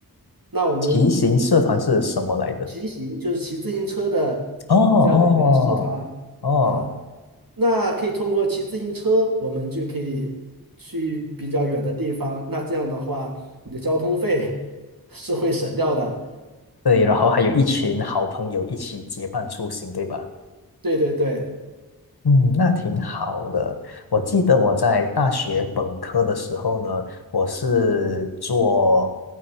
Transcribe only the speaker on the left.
骑行社团是什么来着？
哦哦哦，
对，然后还有一群好朋友一起结伴出行，对吧？
嗯，那挺好的。我记得我在大学本科的时候呢，我是做，